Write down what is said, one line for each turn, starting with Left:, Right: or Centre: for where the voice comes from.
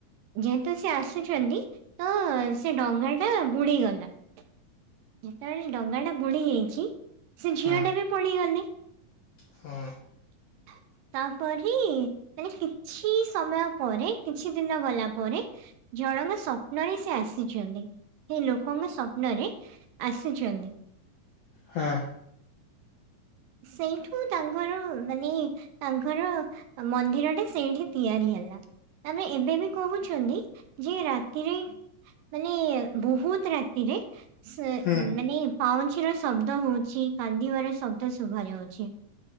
Right: ଯେହେତୁ ସେ ଆସୁଛନ୍ତି ତ ସେ ଡଙ୍ଗା ଟା ବୁଡିଗଲା। ଯେତବେଳେ ଡଙ୍ଗା ଟା ବୁଡି ଯାଇଛି ସେ
Left: ହଁ
Right: ଝିଅ ଟା ବି ପଡିଗଲେ।
Left: ହଁ।
Right: <inaudible> ତାପରେ ମାନେ କିଛି ସମୟ ପରେ କିଛି ଦିନ ଗଲା ପରେ ଜଳଙ୍କ ସ୍ୱପ୍ନରେ ସେ ଆସିଛନ୍ତି ସେ ଲୋକଙ୍କ ସ୍ୱପ୍ନରେ। ଆସିଛନ୍ତି।
Left: ହଁ।
Right: ସେଇଠୁ ତାଙ୍କର ମାନେ ତାଙ୍କର ମନ୍ଦିର ଟେ ସେଇଠି ତିଆରି ହେଲା ଆମେ ଏବେ ବି କହୁ ଛନ୍ତି ଯେ ରାତିରେ ମାନେ ବହୁତ୍ ରାତିରେ ସେ
Left: ହୁଁ
Right: ମାନେ ପାଉଁଛିିର ଶବ୍ଦ ହଉଛି କାନ୍ଦିବାର ଶ ବ୍ଦ ଶୁଭାଯାଉଛି